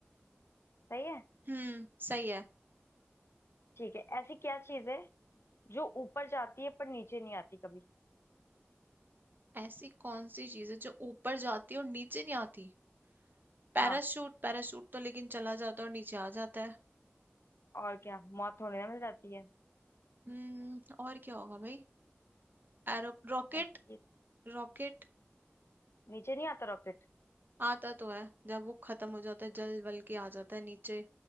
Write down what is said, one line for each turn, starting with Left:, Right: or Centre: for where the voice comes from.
Left: सही है
Right: हम्म सही है
Left: ठीक है ऐसी क्या चीज है जो ऊपर जाती है पर नीचे नहीं आती कभी
Right: ऐसी कौन सी चीज है जो ऊपर जाती है और नीचे नहीं आती पैराशूट
Left: हाँ
Right: पैराशूट तो लेकिन चला जाता है और नीचे आ जाता है
Left: और क्या मौत होने में मिल जाती है
Right: हम्म और क्या होगा भाई Arrow rocket
Left: ऐसी चीज
Right: रॉकेट
Left: नीचे नहीं आता रॉकेट
Right: आता तो है जब वो खत्म हो जाता है जल वल के आ जाता है नीचे